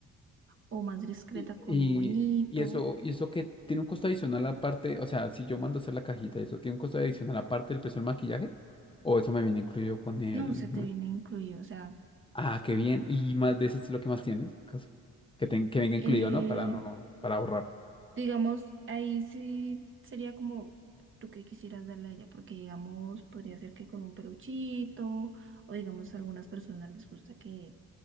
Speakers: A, on the right; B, on the left.
A: o más discreta
B: y,
A: con
B: y,
A: un moñito.
B: y eso, y eso que tiene un costo adicional aparte, o sea, si yo mando a hacer la cajita, eso tiene un costo adicional aparte del precio del maquillaje. O eso me viene incluido con el,
A: No, se te viene incluido, o sea,
B: Ah, qué bien. ¿Y más de ese estilo que más tienes? Caso. Que, ten- que venga incluido,
A: eh,
B: ¿no? Para no, para ahorrar.
A: Digamos, ahí sí sería como tú que quisieras darle a ella, porque digamos, podría ser que con un peluchito, o digamos, a algunas personas les gusta que